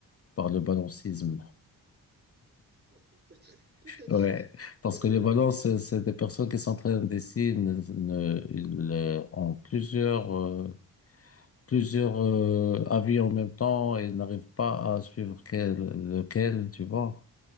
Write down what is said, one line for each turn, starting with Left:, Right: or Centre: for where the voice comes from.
Left: par le balancisme.
Right: Oh, peut-être, <laughs> peut-être,
Left: Ouais, parce
Right: peut-être,
Left: que les
Right: mais,
Left: balances,
Right: mais
Left: c'est c'est des personnes qui sont très indécis, ne, ne- ils euh, ont plusieurs euh, plusieurs euh, avis en même temps et n'arrive pas à suivre quel, lequel, tu vois.